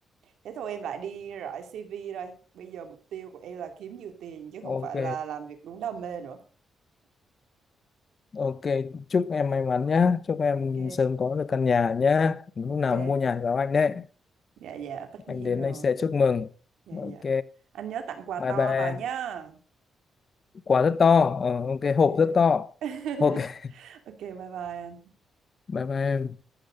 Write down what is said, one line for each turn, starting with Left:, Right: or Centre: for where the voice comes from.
Right: thế thôi em lại đi rải CV đây bây giờ mục tiêu của em là kiếm nhiều tiền chứ
Left: ok
Right: không phải là làm việc đúng đam mê nữa
Left: ok chúc em may mắn nhá chúc em
Right: ok
Left: sớm có được căn nhà nhá lúc
Right: ok
Left: nào mua nhà thì báo anh đấy
Right: dạ dạ tất nhiên
Left: anh đến
Right: rồi
Left: anh sẽ chúc mừng
Right: dạ
Left: ok
Right: dạ anh nhớ tặng quà
Left: bye
Right: to
Left: bye
Right: vào nhá
Left: quả rất to ờ, ok
Right: ok
Left: hộp rất to
Right: <laughs>
Left: ok <laughs>
Right: Ok, bye bye anh.
Left: bye bye em